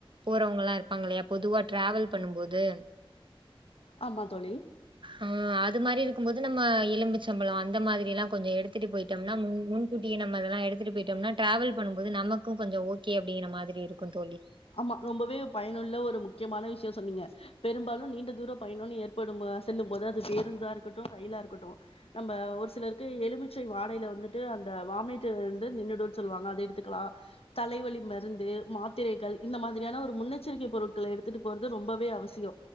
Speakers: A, on the right (about 55°); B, on the left (about 80°).
A: போறவங்களா இரு இருப்பாங்க இல்லயா பொதுவா டிராவல் பண்ணும் போது
B: ஆமா தோழி
A: ஆ அது மாரி இருக் க்கும்போது நம்ம எலுமிச்சபழொ அந்த மாதிரி எல்லா கொஞ்ச எடுத்துட்டு போய்டோம்னா முன்கூட்டியே நம்ம அதெல்லா எடுத்துட்டு போய்டோம்னா ட்ராவல் பண்ணும்போது நமக்கூ கொஞ்ச ஓகே அப்டிங்கிற மாதிரி இருக்கூ தோழி
B: ஆமா ரொம்பவே பயனுள்ள ஒரு முக்கியமான விஷயொ சொன்னீங்க பெரும்பாலு நீண்ட தூரோ பயணோனு ஏற்படும் போ செல்லும் போது அது பேருந்தா இருக்கட்டூ ரயிலா இருக்கட்டூ நம்ப ஒரு சிலருக்கு எலுமிச்சை வாடையில வந்துட்டு அந்த வாமிட்டு வந்து நின்னுடுன் சொல்வாங்க அத எடுத்துக்கலா தலைவலி மருந்து மாத்திரைகள் இந்த மாதிரியான ஒரு முன்னெச்சரிக்கை பொருட்களை எடுத்துட்டு போறது ரொம்பவே அவசியோ